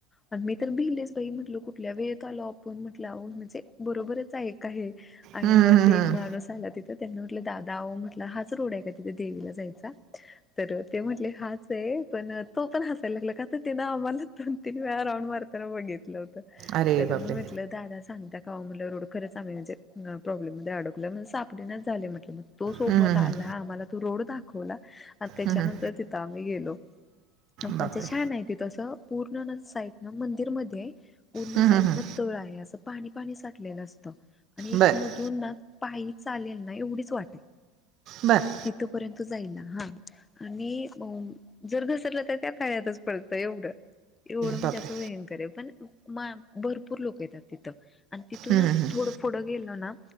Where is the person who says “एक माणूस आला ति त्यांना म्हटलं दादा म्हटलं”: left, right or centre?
Left